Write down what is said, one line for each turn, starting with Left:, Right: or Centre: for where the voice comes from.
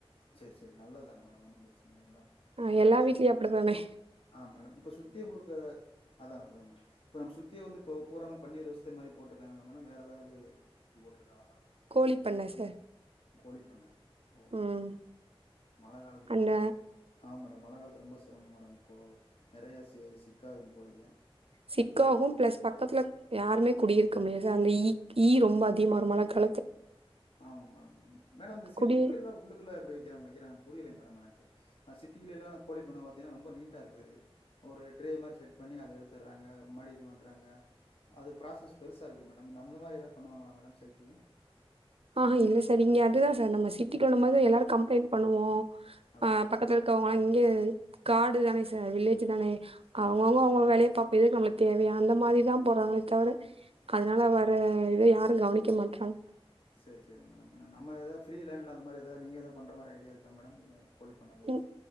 Left: சேரி சேரி நல்லதானே மேடம் ஒன்னும் பிரச்சனை இல்லை மேடம்
Right: ஆ எல்லா வீட்லயு அப்டிதானே
Left: ஆ மேடம் இப்ப சுத்தி முழுக்க அதா அதா மேடம் இப்ப நம்ம சு த்த வந்து பூராமே பன்னீர் ரோஸே மாரி போட்டிருக்காங்ளா மேடம் வேற எதாவது இது போட்டிருக்காங்ளா மேடம்
Right: கோழி பண்ண சார்
Left: கோழி பண்ண ஓ
Right: ம்
Left: மழை காலத்துல
Right: அந்த
Left: இப்ப ரொம்ப ஆமாம் மேடம் மழை காலத்துல ரொம்ப சிரமம் மேடம் இப்போ நெறயா சி சிக்காகுங்க கோழிக
Right: சிக்காகும் பிளஸ் பக்கத்துல யாருமே குடியிருக்க முடியாது அந்த ஈ ஈ ரொம்ப அதிகமாரமானா க
Left: ஆமா மேடம் ஆமா மேடம் இந்த சிட்டிக்குள்ள
Right: குடி
Left: எல்லா உள்ளுக்குள்ள எப்டி வெக்கிற வெக்கிற புரியலயே மேடம் எனக்கு அந் சிட்டில எல்லா கோழி பண்ண பாத்தீனா ரொம்ப நீட்டா இருக்குது ஒரு ட்ரே மாரி செட் பண்ணி அத எடுத்துடறாங்க மறுடி இது பண்றாங்க அது ப்ராசஸ் பெருசா இருக்கு மேடம் அந்த மாரி எதா பண்ணுவாங்ளா மேடம் சைக்கிள்
Right: ஆஹா இல்ல சார் இங்க அதுதா சார் நம்ம சிட்டிக்குள்ளம்போது எல்லாரு கம்ப்ளைண்ட் பண்ணுவோ
Left: அதா
Right: ஆ பக்கத்துல இருக்கவங்களா இங்கே காடு தானே சார் வில்லேஜ் தானே அவுங்கவுங்க
Left: ஆ
Right: அவுங்க வேலைய பாப்போ இது எதுக்கு நம்மளுக்கு தேவையா அந்த மாரிதா போறாங்களே தவிர அதனால
Left: சரி
Right: வற இத யாரு கவனிக்க மாட்றாங்க
Left: செரி செரி மேடம் ஏனா நம்ம எதாவது ப்ரீ லேண்டில அந்த மாரி எதாவது நீங்க ஏதா பண்ணற மாரி ஐடியா இருக்கா மேடம் கோழி பண்ண எதாவது
Right: ம்